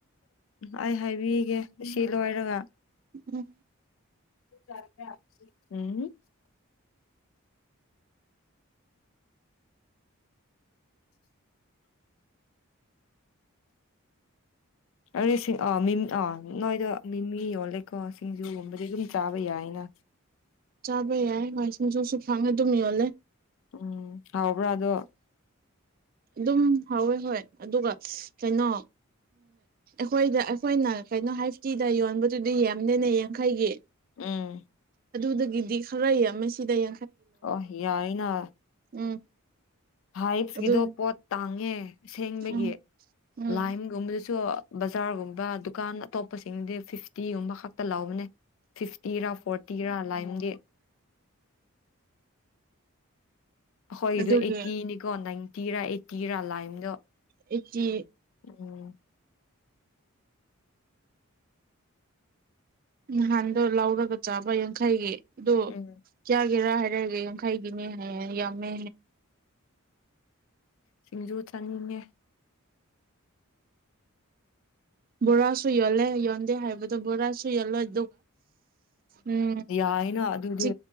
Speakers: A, on the left; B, on the right.
A: ꯑꯩ ꯍꯥꯏꯕꯤꯒꯦ ꯁꯤ ꯂꯣꯏꯔꯒ
B: ꯎꯝ
A: ꯆꯔꯗꯦ ꯎꯝ ꯑꯗꯨ ꯑ ꯑꯥ ꯅꯣꯏꯗ ꯃꯤꯃꯤ ꯌꯣꯜꯂꯦꯀꯣ ꯁꯤꯡꯖꯨꯒꯨꯝꯕꯗꯤ ꯑꯗꯨꯝ ꯆꯥꯕ ꯌꯥꯏꯅ
B: ꯆꯥꯕ ꯌꯥꯏ ꯋꯥꯏ ꯁꯤꯡꯖꯨꯁꯨ ꯐꯪꯉꯦ ꯑꯗꯨꯝ ꯌꯣꯜꯂꯦ
A: ꯎꯝ ꯍꯥꯎꯕ꯭ꯔꯣ ꯑꯗꯣ
B: ꯑꯗꯨ ꯑꯗꯨꯝ ꯍꯥꯎꯋꯦ ꯍꯣꯏ ꯑꯗꯨꯒ ꯀꯩꯅꯣ ꯑꯩꯈꯣꯏꯗ ꯑꯩꯈꯣꯏꯅ ꯀꯩꯅꯣ ꯍꯥꯏꯐꯇꯤꯗ ꯌꯣꯟꯕꯗꯨꯗꯤ ꯌꯥꯝꯗꯦꯅꯦ ꯌꯥꯡꯈꯩꯒꯤ
A: ꯎꯝ
B: ꯑꯗ ꯎꯗꯒꯗꯗꯤ ꯣꯔ ꯂꯩꯏ ꯑꯝ ꯃꯃꯦ ꯁꯤꯗꯥꯥꯏ
A: ꯑ ꯌꯥꯏꯅ
B: ꯎꯝ
A: ꯍꯥꯏꯞꯁꯀꯤꯗꯣ
B: ꯑꯗꯨ
A: ꯄꯣꯠ ꯇꯥꯡꯉꯦ ꯑꯁꯦꯡꯕꯒꯤ
B: ꯎꯝ ꯎꯝ
A: ꯂꯥꯏꯝꯒꯨꯝꯕꯗꯁꯨ ꯕꯖꯥꯔꯒꯨꯝꯕ ꯗꯨꯀꯥꯟ ꯑꯇꯣꯞꯄꯁꯤꯡꯗꯤ ꯐꯤꯐꯇꯤꯒꯨꯝꯕ ꯈꯛꯇ ꯂꯕꯅꯦ ꯐꯤꯐꯇꯤꯔꯥ ꯐꯣꯔꯇꯤꯔꯥ ꯂꯥꯏꯝꯗꯤ ꯍꯣꯏ
B: ꯑꯗꯨꯒꯤ
A: ꯏ ꯑꯦꯇꯤꯅꯤꯀꯣꯟꯥꯏ ꯇꯤꯔꯥ ꯇꯤꯔꯥ ꯂꯥꯏꯝꯗ
B: ꯑꯩꯆ
A: ꯎꯝ
B: ꯅꯍꯥꯟꯗꯣ ꯂꯧꯔꯒ ꯆꯥꯕ ꯌꯥꯡꯈꯩꯒꯤ ꯑꯗꯨꯣ
A: ꯎꯝ
B: ꯀ ꯀꯦꯔꯥ ꯍꯥꯏꯔꯒ ꯌꯥꯡꯈꯩꯒꯤꯅꯦ ꯍꯥꯏꯌꯦ ꯌꯥꯝꯃꯦ
A: ꯁꯤꯡꯖꯨ ꯆꯥꯅꯤꯡꯉꯦ
B: ꯕꯣꯔꯥꯁꯨ ꯌꯣꯜꯂꯦ ꯌꯣꯟꯗꯦ ꯍꯥꯏꯕꯗꯣ ꯕꯣꯔꯥꯁꯨ ꯌꯣꯜꯂꯣꯏ ꯎꯝ
A: ꯌꯥꯏꯅ ꯑꯗꯨꯗꯤ
B: ꯆ